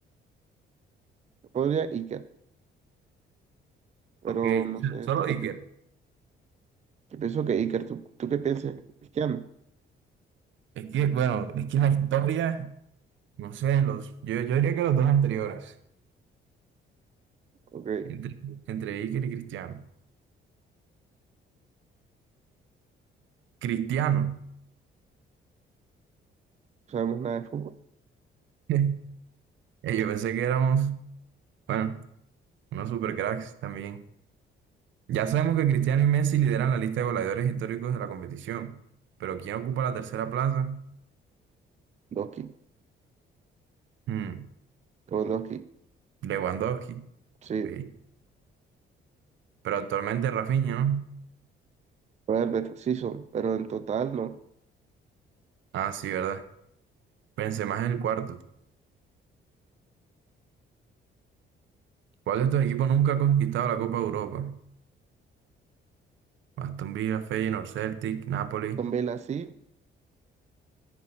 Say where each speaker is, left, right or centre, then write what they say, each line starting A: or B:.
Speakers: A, on the right (about 35°); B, on the right (about 70°).
A: Podría Iker, pero
B: Ok,
A: no sé,
B: solo
A: ¿tú qué
B: Iker.
A: piensas? Yo pienso que Iker, ¿tú, tú qué piensas? Cristiano,
B: Es que, bueno, es que la historia. No sé, los, yo, yo diría que los dos anteriores,
A: ok, no
B: entre, entre Iker y Cristiano. Cristiano.
A: sabemos nada de fútbol.
B: <laughs> Eh, Yo pensé que éramos, bueno, unos supercracks también. Ya sabemos que Cristiano y Messi lideran la lista de goleadores históricos de la competición, pero ¿quién ocupa la tercera plaza?
A: Doki,
B: Hmm,
A: Lewandowski,
B: Lewandowski,
A: sí.
B: sí. Pero actualmente Rafinha, ¿no?
A: Poder sí son, pero en total no.
B: Ah, sí, ¿verdad? Benzema es el cuarto. ¿Cuál de estos equipos nunca ha conquistado la Copa de Europa? Aston Villa, Feyenoord, Celtic, Napoli
A: Son Villa sí.